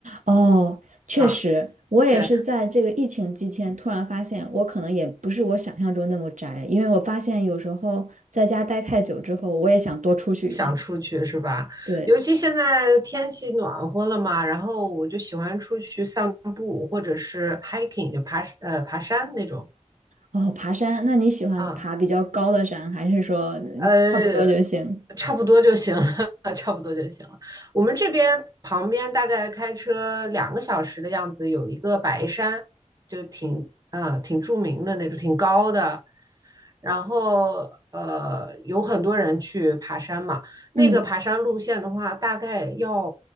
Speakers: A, on the right; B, on the right.
A: 哦，确实，
B: <laughs> 啊，
A: 我也是在这个疫情期间突然发现，
B: 对，
A: 我可能也不是我想象中那么宅，因为我发现有时候在家待太久之后，我也想多出去一些。
B: 想出去是吧？
A: 对，
B: 尤其现在天气暖和了嘛，然后我就喜欢出去散步，或者是 hiking，就爬呃爬山那种。
A: 哦，爬山，那你喜欢爬比较高的山，
B: 啊。
A: 还是说嗯差不多就行？
B: 呃，差不多就行了，<laughs> 差不多就行了。我们这边旁边大概开车两个小时的样子，有一个白山，就挺啊、挺著名的那种，挺高的。然后呃，有很多人去爬山嘛。
A: 嗯，
B: 那个爬山路线的话，大概要